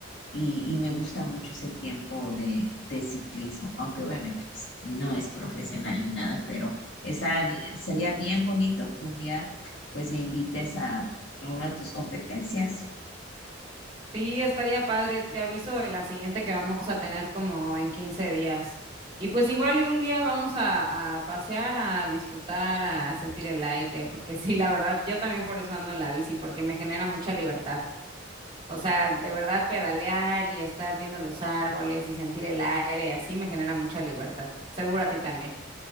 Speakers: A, on the left; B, on the right.
A: y, y me gusta mucho ese tiempo de, de ciclismo, aunque obviamente pues, no es profesional ni nada, pero está bi- sería bien bonito que un día pues me invites a, a una de tus competencias.
B: Sí, estaría padre, te aviso de la siguiente que vamos a tener como en 15 días. Y pues igual y un día vamos a, a pasear, a disfrutar, a sentir el aire, porque <laughs> sí, la verdad, yo también por eso ando en la bici, porque me genera mucha libertad. O sea, de verdad pedalear y estar viendo los árboles y sentir el aire, así me genera mucha libertad. Seguro a ti también.